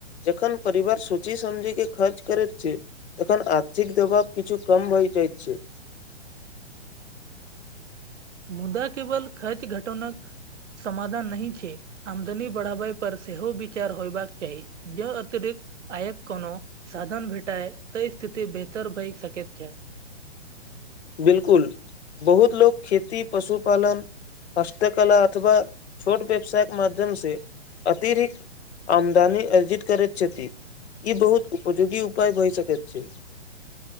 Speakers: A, on the left; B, on the right.
A: जखन परिवर सोची समझी के खर्च करैत छै तखन आर्थिक दबाब किछु कम भय जायत छै
B: मुद्दा केवल खर्च घटोनाक समाधान नही छै आमदनी बढ़ाबय पर सेहो विचार होयबाक चाही जो अतिरिक्त आयक कोनो साधन भेटए तै स्थिति बेहतर भइ सकेत छै
A: बिलकुल बहुत लोक खेती पशुपालन हस्तकला अथवा छोट व्यवसाय केँ माध्यम से अतिरिक्त आमदनी अर्जित करैत छथि ई बहुत उपयोगी उपाय भए सकैत छै